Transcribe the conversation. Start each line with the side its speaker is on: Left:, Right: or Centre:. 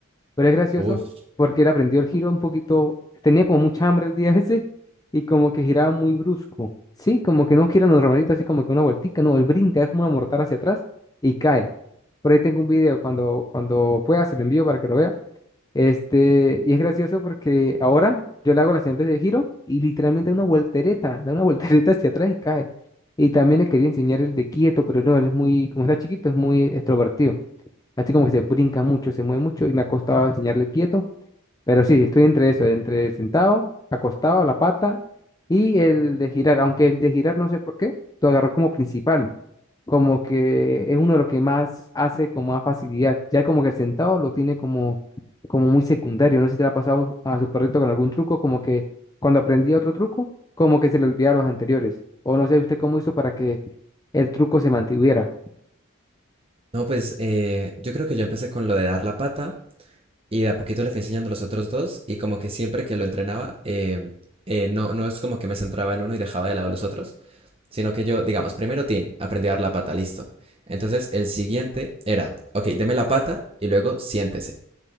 Left: Pero es gracioso
Right: Uy.
Left: porque él aprendió el giro un poquito, tenía como mucha hambre el día <laughs> ese y como que giraba muy brusco. Sí, como que no gira normalito, así como que una vueltica, no, él brinca, es como una mortal hacia atrás y cae. Por ahí tengo un video, cuando, cuando pueda se lo envío para que lo vea. Este, y es gracioso porque ahora yo le hago las siguientes de giro y literalmente da una voltereta, da una <laughs> voltereta hacia atrás y cae. Y también le quería enseñar el de quieto, pero no, él es muy, como está chiquito, es muy extrovertido. Así como que se brinca mucho, se mueve mucho y me ha costado enseñarle quieto. Pero sí, estoy entre eso, entre sentado, acostado, la pata y el de girar. Aunque el de girar no sé por qué, lo agarró como principal. Como que es uno de los que más hace con más facilidad. Ya como que el sentado lo tiene como, como muy secundario. No sé si te lo ha pasado a su perrito con algún truco, como que cuando aprendí otro truco, como que se le olvidaba los anteriores. O no sé usted cómo hizo para que el truco se mantuviera.
Right: No, pues eh, yo creo que yo empecé con lo de dar la pata y de a poquito le fui enseñando los otros dos y como que siempre que lo entrenaba, em, eh, no, no es como que me centraba en uno y dejaba de lado los otros, sino que yo, digamos, primero Tin, aprendí a dar la pata, listo. Entonces el siguiente era, ok, deme la pata y luego siéntese.